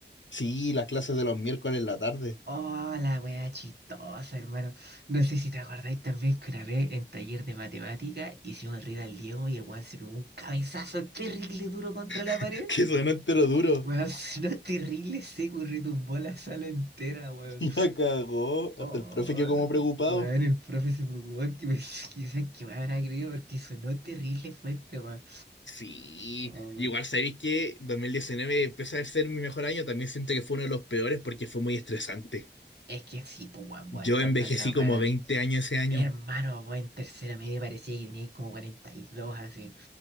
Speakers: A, on the left; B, on the right.
A: Sí, las clases de los miércoles en la tarde.
B: Oh, la wea chistosa, hermano. No sé si te acordáis también que una vez en taller de matemática hicimos reír al Diego y el weón se pegó un cabezazo terrible duro contra la
A: <laughs>
B: pared.
A: Que sonó entero duro.
B: Weón, <laughs> si no es terrible seco y retumbó la sala entera, weón.
A: <laughs> La cagó.
B: Oh,
A: Hasta el profe quedó como
B: no.
A: preocupado.
B: Weón, el profe se preocupó que me <laughs> quizás que me habrá creído porque sonó terrible fuerte, weón.
A: Sí,
B: Oh, weón.
A: igual sabéis que 2019 pese a ser mi mejor año, también siento que fue uno de los peores porque fue muy estresante.
B: Es que sí, pues weón, vos
A: Yo
B: estando
A: envejecí
B: en la weá.
A: como 20 años ese año.
B: Hermano, vos en tercera media parecía que tenías como 42 así.